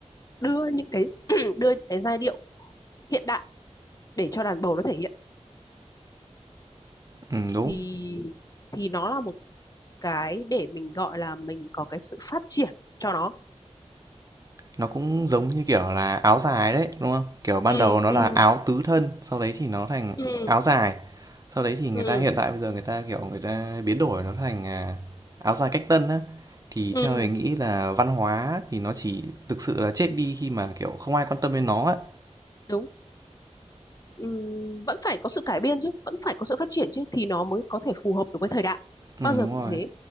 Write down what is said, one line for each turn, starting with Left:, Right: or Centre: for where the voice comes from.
Left: đưa những cái <clears throat> đưa những cái giai điệu hiện đại để cho đàn bầu nó thể hiện
Right: ừm, đúng.
Left: thì thì nó là một cái để mình gọi là mình có cái sự phát triển cho nó
Right: Nó cũng giống như kiểu là áo dài đấy, đúng không? Kiểu ban
Left: ừ
Right: đầu nó
Left: ừ
Right: là áo tứ thân, sau đấy thì nó thành
Left: ừ
Right: áo dài. Sau đấy thì người
Left: ừ
Right: ta hiện tại bây giờ người ta kiểu người ta biến đổi nó thành à, áo dài cách tân á. Thì
Left: Ừ,
Right: theo mình nghĩ là văn hóa thì nó chỉ thực sự là chết đi khi mà kiểu không ai quan tâm đến nó á.
Left: đúng. Ừ, vẫn phải có sự cải biên chứ, vẫn phải có sự phát triển chứ thì nó mới có thể phù hợp được với thời đại.
Right: Ừ
Left: Bao giờ
Right: đúng
Left: cũng
Right: rồi.
Left: thế.